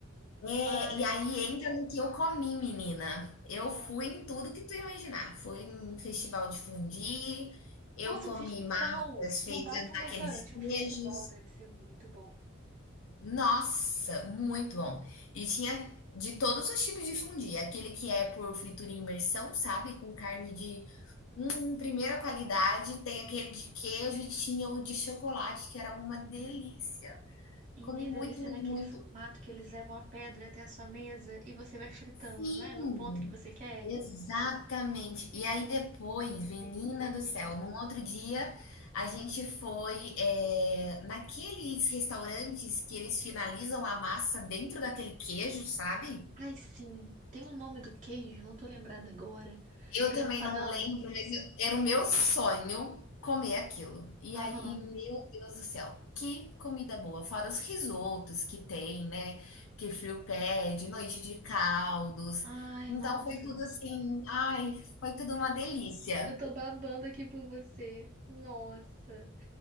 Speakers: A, on the left; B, on the right.
A: é,
B: Mas.
A: e aí entra no que eu comi, menina. Eu
B: Ah.
A: fui em tudo que tu imaginar. Fui em festival de fondue, eu
B: Nossa,
A: comi
B: um festival!
A: massas feitas
B: Não basta um
A: naqueles
B: restaurante,
A: queijos.
B: um festival deve ser muito bom.
A: Nossa, muito bom. E tinha de todos os tipos de fondue, aquele que é por fritura e imersão, sabe, com carne de, hum, primeira qualidade, tem aquele de queijo e tinha o de chocolate, que era uma delícia.
B: E
A: Comi muito,
B: deve ser
A: muito,
B: naquele
A: muito.
B: formato que eles levam a pedra até a sua mesa e você vai fritando,
A: Sim,
B: não é? No ponto que você quer.
A: exatamente. E aí depois, menina
B: Eita.
A: do céu, num outro dia a gente foi, eh, naqueles restaurantes que eles finalizam a massa dentro daquele queijo, sabe?
B: Ai, sim. Tem o nome do queijo, não tô lembrada agora.
A: Eu
B: Grana
A: também
B: Padano?
A: não lembro, mas eu era o meu sonho comer aquilo. E
B: Aham.
A: aí, meu Deus do céu, que comida boa! Fora os risotos que tem, né, que frio pede, noite de caldos.
B: Ai,
A: Então
B: nossa.
A: foi tudo assim, ai, foi tudo uma delícia.
B: Eu tô babando aqui por você. Nossa.